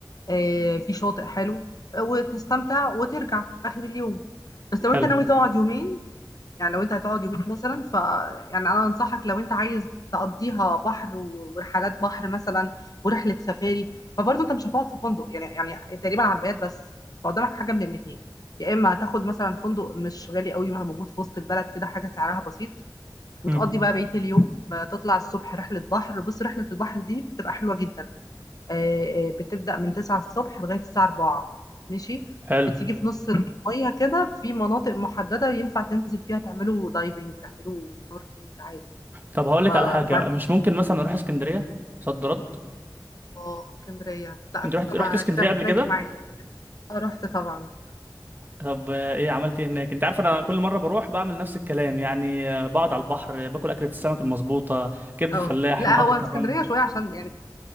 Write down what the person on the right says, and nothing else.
حلو
امم
حلو
طب هقول لك
على حاجه
مش ممكن مثلا اروح اسكندريه صد رد
انت
رحت
رحت
اسكندريه
قبل كده
طب آه، ايه عملت ايه هناك انت عارف انا كل مره بروح بعمل نفس الكلام يعني آه، بقعد على البحر آه، باكل اكله السمك المظبوطه كبده
فلاح
محطه
الرمل